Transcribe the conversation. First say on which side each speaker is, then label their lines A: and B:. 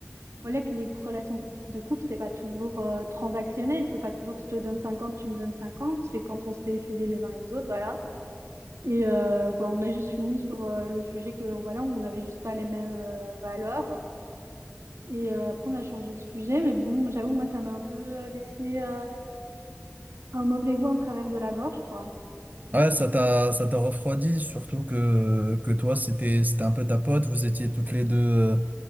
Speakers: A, on the right (about 80°); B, on the right (about 35°).
A: voilà, que les relations de couple, c'est pas toujours euh, transactionnel. C'est pas toujours je te donne 50 tu me donnes cinquante C'est quand on sait s'aider les uns les autres, voilà. Et euh, bah, on a juste fini sur euh, le sujet que voilà, on n'avait juste pas les mêmes euh, valeurs. Et euh, après, on a changé de sujet, mais bon, j'avoue, que moi, ça m'a un peu euh, laissé euh, un mauvais goût en travers de la gorge, quoi.
B: Ouais, ça t'a, ça t'a refroidi, surtout que, que toi, c'était, c'était un peu ta pote, vous étiez toutes les deux, euh,